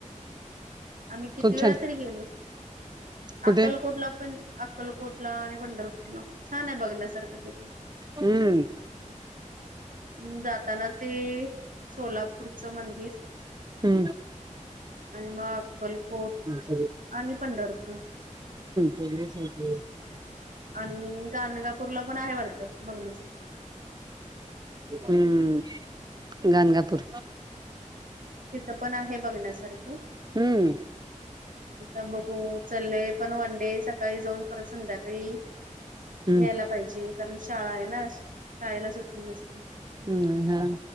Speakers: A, on the right; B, on the right.
A: आम्ही किती
B: खूप
A: वेळा
B: छान
A: तरी गेलो
B: कुठे
A: अक्कलकोटला पण अक्कलकोटला आणि पंढरपूरला छान आहे बघण्यासारखं तिथून
B: हम्म
A: ् जाताना ते सोलापूरचं मंदिर.
B: हम्म
A: आणि मग अक्कलकोट
B: हम्म
A: आणि पंढरपूर
B: सग
A: आणि गणगापूरला पण आहे वाटत बघण्यास
B: हम्म गानगापूर
A: तिथं पण आहे बघण्यासारखं
B: हम्म.
A: ता बघु- चाले पण वन डे सकाळी जाऊन परत संध्याकाळी यायला.
B: हम्म.
A: पाहिजे कारण शाळा आहे ना शाळेला सुट्टी नसते.
B: हम् हा